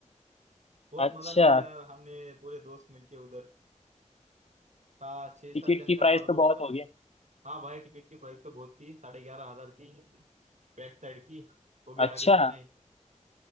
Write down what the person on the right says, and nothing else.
बहुत
मजा की यार हमने पूरे दोस्त मिलके उधर सात छह सात
जन
का
हमारा
ग्रुप
था
हाँ भाई टिकट की प्राइस तो बहुत थी साढ़े ग्यारह हजार थी बैक साइड की वो भी
आगे की नहीं